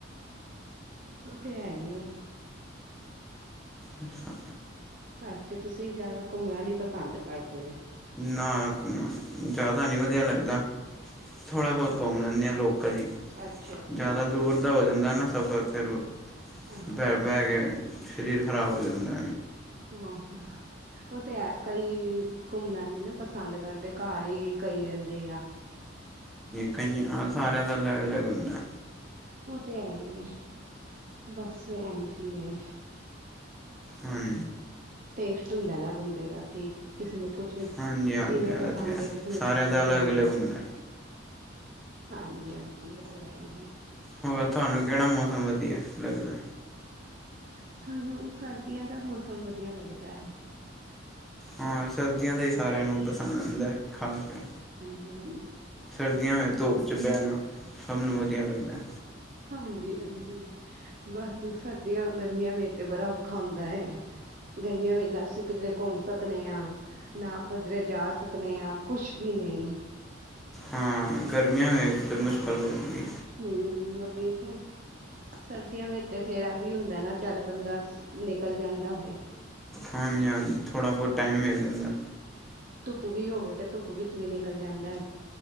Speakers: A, on the right; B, in the centre.
A: ਉਹ ਤੇ ਹੈ ਹੀ ਆ।
B: ਅੱਛਾ।
A: ਅੱਛਾ। ਤੁਸੀਂ ਜਿਆਦਾ ਘੁੰਮਣਾ ਨੀ ਪਸੰਦ ਕਰਦੇ ਹੈ।
B: ਨਾ ਜਿਆਦਾ ਨੀ ਵਧੀਆ ਲੱਗਦਾ। ਥੋੜ੍ਹਾ
A: ਅੱਛਾ
B: ਬਹੁਤ ਘੁੰਮ
A: ਅੱਛਾ
B: ਲੈਂਦੇ ਆ ਲੋਕ ਕਦੀ
A: ਅੱਛਾ ਅੱਛਾ
B: ਜ਼ਿਆਦਾ ਦੂਰ ਦਾ ਹੋ ਜਾਂਦਾ ਨਾ ਸਫ਼ਰ ਫਿਰ
A: ਅੱਛਾ
B: ਬ ਬਹਿ ਕੇ ਸਰੀਰ ਖਰਾਬ ਹੋ ਜਾਂਦਾ
A: ਉਹ ਤੇ ਹੈ ਕਈ ਘੁੰਮਣਾ ਨੀ ਨਾ ਪਸੰਦ ਕਰਦੇ ਘਰ ਹੀ ਕਈ ਰਹਿੰਦੇ ਆ
B: ਕਈਆਂ ਆ ਸਾਰੇਿਆਂ
A: ਹਮ
B: ਦਾ ਅਲੱਗ ਅਲਗੁੰਦਾ
A: ਉਹ ਤੇ ਹੈ ਹੀ ਹੈ ਬਸ ਇਜੀ ਹੈ।
B: ਹਾਂਜੀ।
A: ਟੇਸਟ ਹੁੰਦਾ ਨਾ ਬੰਦੇ ਦਾ ਕੀ ਕਿਸੇ ਨੂੰ ਕੁਛ ਜਿਵੇਂ
B: ਹਾਂਜੀ ਹਾਂਜੀ ਇਹ
A: ਪਸੰਦ
B: ਤੇ
A: ਹੈ। ਕਿਸੇ ਨੂੰ
B: ਸਾਰਿਆਂ
A: ਕੁਛ
B: ਦਾ
A: ਪਸੰਦ।
B: ਅਲੱਗ ਅਲੱਗ ਹੁੰਦਾ
A: ਹਾਂਜੀ, ਹਾਂਜੀ। ਉਹ ਤੇ ਹੈ ਹੀ ਹੈ।
B: ਹੋਰ ਤੁਹਾਨੂੰ ਕਿਹੜਾ ਮੌਸਮ ਵਧੀਆ <unintelligible>
A: ਸਾਨੂੰ ਸਰਦੀਆਂ ਦਾ ਮੌਸਮ ਵਧੀਆ ਲੱਗਦਾ ਹੈ।
B: ਹਾਂ ਸਰਬਜ਼ੀਆਂ ਦਾ ਸਾਰਿਆਂ ਨੂੰ ਪਸੰਦ ਆਉਂਦਾ ਖਾਣ ਪੀ
A: ਜਾਂ ਨੂੰ
B: ਸਰਦੀਆਂ ਵਿੱਚ ਧੂਪ ਚ ਬਿਆ ਨਾ ਸਭ ਨੂੰ ਵਧੀਆ ਲੱਗਦਾ।
A: ਹਾਂਜੀ, ਹਾਂਜੀ ਬਸ ਸਰਦੀਆਂ ਗਰਮੀਆਂ ਵੇ ਤੇ ਬੜਾ ਔਖਾ ਹੁੰਦਾ ਹੈ ਗਰਮੀਆਂ ਵੇ ਨਾ ਅਸੀਂ ਕਿਧਰੇ ਘੁੰਮ ਸਕਦੇ ਹਾਂ ਨਾ ਕਿਧਰੇ ਜਾ ਸਕਦੇ ਹਾਂ ਕੁਛ ਵੀ ਨਹੀਂ
B: ਹਾਂ ਗਰਮੀਆਂ ਵਿੱਚ ਮੁਸ਼ਕਿਲ ਹੋ ਜਾਂਦੀ।
A: ਹਮ ਉਹੀ ਤੇ ਸਰਦੀਆਂ ਵਿੱਚ ਤੇ ਫੇਰਾ ਵੀ ਹੁੰਦਾ ਨਾ ਚੱਲ ਬੰਦਾ ਨਿਕਲ ਜਾਂਦਾ। ਵੇ
B: ਹਾਂਜੀ, ਹਾਂਜੀ। ਥੋੜ੍ਹਾ ਬਹੁਤ ਟਾਈਮ ਮਿਲ ਜਾਂਦਾ।
A: ਧੁੱਪ ਵੀ ਹੋਵੇ ਤੇ ਧੁੱਪ ਵਿੱਚ ਵੀ ਨਿਕਲ ਜਾਂਦੇ।